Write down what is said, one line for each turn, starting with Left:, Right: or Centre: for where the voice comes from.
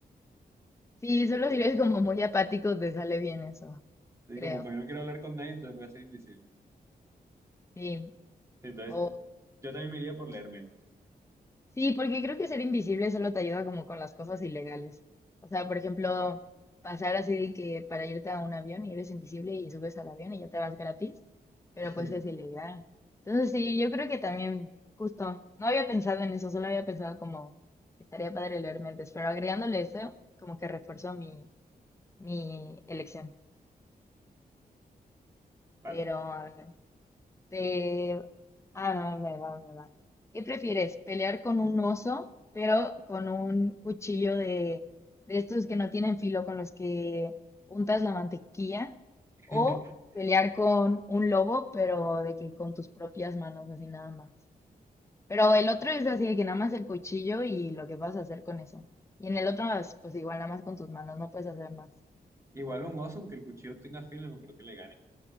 Left: Sí,
Right: <laughs> Entonces,
Left: solo si eres como muy apático, te sale bien eso,
Right: sí,
Left: creo.
Right: como que hoy no quiero hablar con nadie, entonces voy a ser invisible.
Left: Sí.
Right: Entonces,
Left: O,
Right: yo también me iría por leer mentes.
Left: Sí, porque creo que ser invisible solo te ayuda como con las cosas ilegales. O sea, por ejemplo, pasar así de que para irte a un avión y eres invisible y subes al avión y ya te vas gratis, pero
Right: <laughs>
Left: pues es ilegal. Entonces sí, yo creo que también, justo, no había pensado en eso, solo había pensado como que estaría padre leer mentes, pero agregándole eso, como que reforzó mi, mi elección.
Right: Vale.
Left: Pero a ver. de... Ah, no, me va, me va. ¿Qué prefieres? ¿Pelear con un oso, pero con un cuchillo de, de estos que no tienen filo con los que untas la mantequilla?
Right: <laughs>
Left: ¿O pelear con un lobo, pero de que con tus propias manos, así nada más? Pero el otro es así de que nada más el cuchillo y lo que vas a hacer con eso. Y en el otro, pues pues igual nada más con tus manos, no puedes hacer más.
Right: Igual un oso, aunque el cuchillo tenga filo, no creo que le gane.